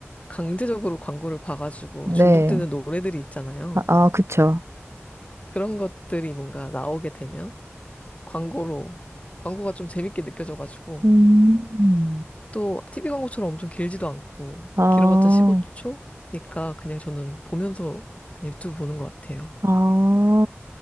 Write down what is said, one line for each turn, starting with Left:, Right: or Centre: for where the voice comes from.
Left: 강제적으로 광고를 봐가지고
Right: 네.
Left: 중독되는 노래들이 있잖아요.
Right: 아, 아, 그쵸.
Left: 그런 것들이 뭔가 나오게 되면 광고로 광고가 좀 재밌게 느껴져가지고
Right: 음.
Left: 또 TV 광고처럼 엄청 길지도 않고
Right: 아,
Left: 길어봤자 15초니까 그냥 저는 보면서 그냥 유튜브 보는 것 같아요.
Right: 아.